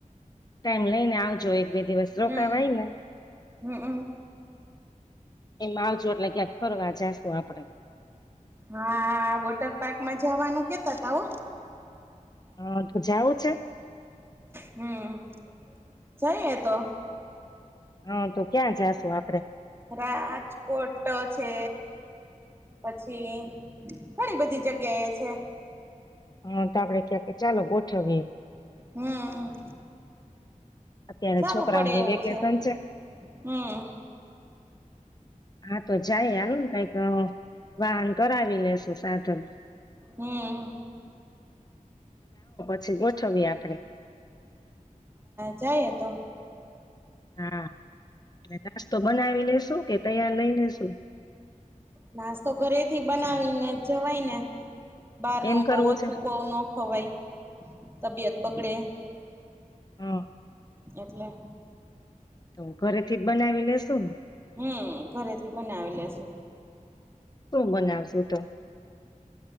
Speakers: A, on the left; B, on the right.
A: ટાઈમ લઈ ને આવજો એક બે દિવસ રોકાવાય
B: હમ
A: ને.
B: હમમ
A: એમ આવજો એટલે ક્યાંક ફરવા જાશુ આપડે.
B: હા વોટર પાર્ક માં જવાનું કેતા તા હો
A: હા તો જાવું છે?
B: હમ્મ, જઈએ તો.
A: હા તો ક્યાં જાશુ આપડે?
B: રાજકોટ છે. પછી ઘણી બધી જગ્યાએ છે.
A: હા, તો આપડે ક્યાક ચાલો ગોઠવીએ.
B: હમ્મ
A: અત્યારે
B: સારું
A: છોકરાઓને
B: પડે એવું
A: વેકેશન
B: છે. હમ્મ
A: હા તો જાય હાલો ને કંઈક વાહન કરાવી લેેશુ સાધન.
B: હમ્મ
A: <unintelligible> છવી આપણેે.
B: જાયે એ તો.
A: હા કે નાસ્તો બનાવી લેશુ? કે તૈયાર લઈ લેશુ?
B: નાશતો ઘરેથી બનાવીને જવાઈને? બહાર
A: એમ
B: નું
A: કરવું
B: તો ઓછું.
A: છે
B: બવ નો ખવાય તબિયત બગડે
A: હા
B: એટલે
A: તો ઘરેથી બનાવી લેેશુ ને?
B: હમ્મ ઘરેથી બનાવી લેશુ.
A: શું બનાવશુ તો?